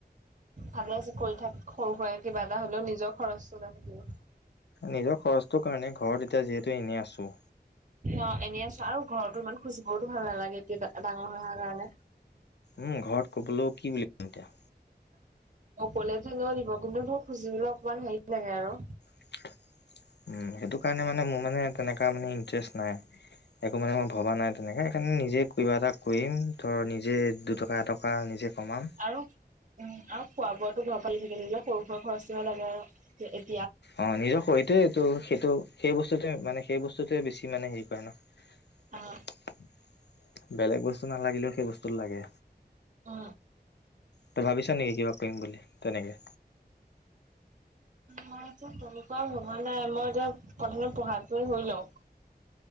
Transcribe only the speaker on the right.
ভালে আছে কৰি থাক সৰু সুৰা কিবা এটা হলেও নিজৰ খৰচ নাথাকিব।
অ এনেই আছো আৰু ঘৰতো ইমান খুজিবও ভাল নালাগে এতিয়া ডাঙৰ হৈ অহাৰ কাৰণে।
অকলে যে লৈ দিব কোন্তো ধৰ খুজিবলে অকমান হেৰি লাগে আৰু।
আৰু উম আৰু খোৱা বোৱাটো ঘৰ পালি থাকে সেইবিলাক সৰু সুৰা খৰচহে লাগে আৰু তে এড
অ
অ।
ম এতিয়া তলপোৱা সোমোৱা নাই মই এতিয়া প্ৰথমতে পঢ়াটোৱে হৈ লওঁ।